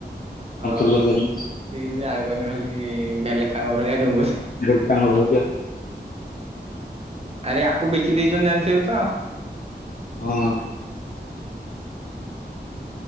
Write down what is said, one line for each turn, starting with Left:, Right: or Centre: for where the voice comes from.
Right: ହଁ
Left: କଣ୍ଟ୍ରୋଲ
Right: ଠିକ,
Left: କରିପାରୁନି
Right: ସେ କିଛି ଜାଣିପାରୁନି ଖାଲି ବେଲେ କାଙ୍ଗ ଭଳିଆ ଡୁଙ୍ଗୁଛି।
Left: ଗଟ କଙ୍ଗଳ ହଉଛି ଆଉ। <unintelligible>
Right: ଆରେ ଆକୁ ବିକି ଦେଇଛନ୍ତି ଜାଣିଥିବୁ ତ।
Left: ହଁ।